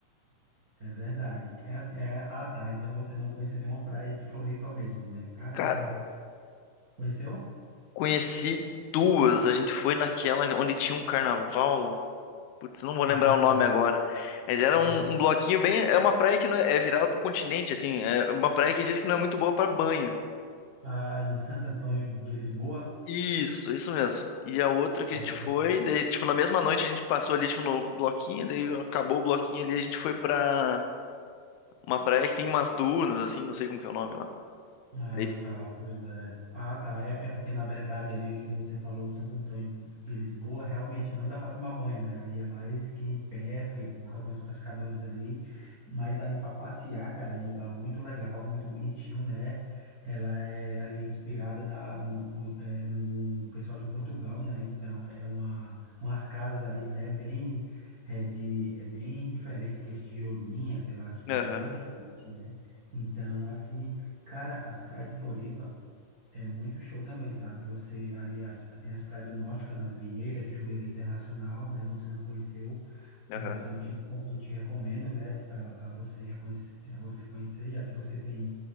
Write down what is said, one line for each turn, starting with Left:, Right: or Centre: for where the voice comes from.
Right: É, é verdade. É assim, é, ah, tá. Então você não conheceu nenhuma praia de Floripa mesmo, né? Cara,
Left: Cara,
Right: assim, conheceu?
Left: conheci duas, a gente foi naquela onde tinha um carnaval, putz, não vou lembrar
Right: Ah,
Left: o nome
Right: tá.
Left: agora, mas era
Right: É,
Left: um, um bloquinho bem, é uma praia que não é, é virada pro continente, assim, é uma praia que diz que não é muito boa pra banho.
Right: ah, em Santo Antônio de Lisboa?
Left: Isso, isso mesmo. E a outra que
Right: Ah,
Left: a gente foi, daí, tipo, na mesma noite a gente passou ali, tipo, no bloquinho, daí acabou o bloquinho ali, a gente foi pra uma praia que tem umas dunas, assim, não sei como que é o nome lá.
Right: Ah,
Left: Daí,
Right: tá, pois é. Ah, tá. É, é porque, na verdade, ali onde você falou, Santo Antônio de Lisboa, realmente não dá para tomar banho, né? Ali é mais quem pesca e tal, tem uns pescadores ali. Mas ali para passear, cara, é um lugar muito legal, muito bonitinho, né? Ela é, ali é inspirada na, no, no, é, no pessoal de Portugal, né? Então, é, é uma, umas casas ali, né? Bem, é, de, é bem diferente, aqueles tijolinhos, aquelas coisas
Left: Aham,
Right: bem diferentes, né? Então, assim. Cara, as praias de Floripa é muito show também, sabe? Você ali as- tem as praias do Norte, Canasvieira e Jurerê Internacional, né? Você não conheceu,
Left: aham.
Right: mas assim, eu te, reco- eu te recomendo, né? A, a você reconhecer, a você conhecer, já que você tem